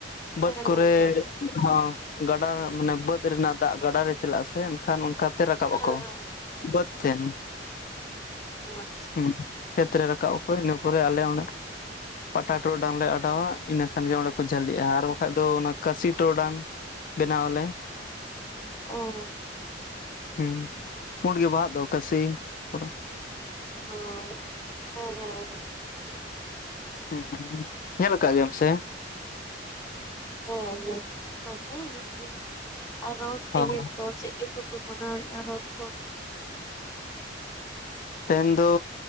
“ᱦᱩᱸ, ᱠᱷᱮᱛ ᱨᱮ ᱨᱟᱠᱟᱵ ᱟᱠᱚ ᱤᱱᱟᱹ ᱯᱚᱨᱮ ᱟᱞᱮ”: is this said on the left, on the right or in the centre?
Left